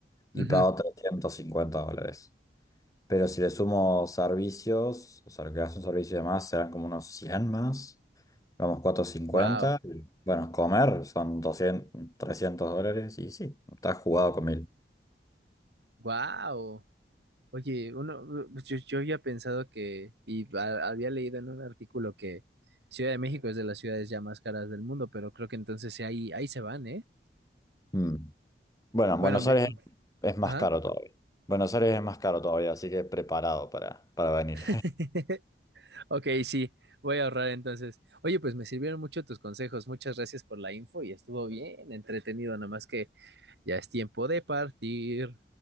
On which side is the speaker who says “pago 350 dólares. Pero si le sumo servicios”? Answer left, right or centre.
Left